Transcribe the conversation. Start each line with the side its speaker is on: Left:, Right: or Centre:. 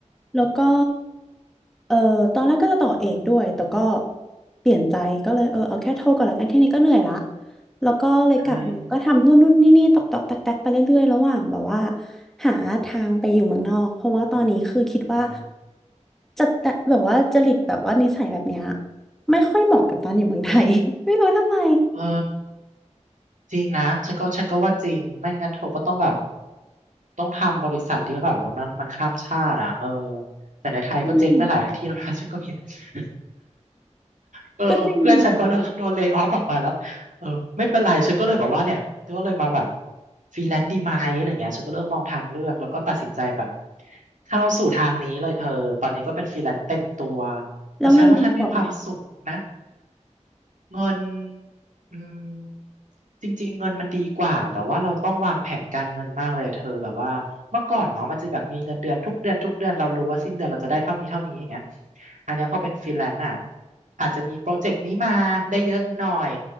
Centre: แล้วก็เออตอนแรกก็จะต่อเอกด้วยแต่ก็เปลี่ยนใจก็เลยเออเอาแค่โทก่อนละกันแค่นี้ก็เหนื่อยละแล้วก็เลยกลับมาก็ทำนู่นนู่นนี่นี่ตอกตอกแตกแตกไปเรื่อยๆระหว่างแบบว่า
Right: ใช่
Centre: หาทางไปอยู่เมืองนอกเพราะว่าตอนนี้คือคิดว่า
Right: อมอ๋อ
Centre: จะจะแบบว่าจริตแบบว่านิสัยแบบเนี้ยไม่ค่อยเหมาะกับตอนอยู่เมืองไทย <laughs> ไม่รู้ทำไม
Right: เออจริงนะฉันก็ฉันก็ว่าจริงไม่งั้นเธอก็ต้องแบบ ต้องทำบริษัทที่แบบว่ามันมันข้ามชาติอ่ะเออแต่ในไทยก็เจ๊งไปหลายที่แล้วนะ
Centre: ไม่
Right: <laughs> ฉันก็เห็น <laughs>
Centre: <laughs>
Right: เออเพื่อนฉันก็โดนโดนเลย์ออฟออกมาแล้วเออไม่เป็นไรฉันก็เลยแบบว่าเนี่ย
Centre: ก็จริงนะ
Right: ฉันก็เลยมาแบบฟรีแลนซ์ดีไหมอะไรเงี้ยฉันก็เริ่มมองทางเลือก แล้วก็ตัดสินใจแบบเข้าสู่ทางนี้เลยเธอตอนนี้ก็เป็นฟรีแลนซ์เต็มตัวแต่ฉันว่าฉันมีความสุขนะ
Centre: แล้วเงินดีกว่าไหม
Right: เงินอืมจริงๆเงินมันดีกว่าแต่ว่าเราต้องวางแผนการเงินมากเลยเธอแบบว่าเมื่อก่อนเนาะมันจะแบบมีเงินเดือนทุกเดือนทุกเดือนเรารู้ว่าสิ้นเดือนเราจะได้เท่านี้เท่านี้อย่างเงี้ยอันเนี้ยพอเป็นฟรีแลนซ์อ่ะอาจจะมีโปรเจกต์นี้มาได้เยอะหน่อย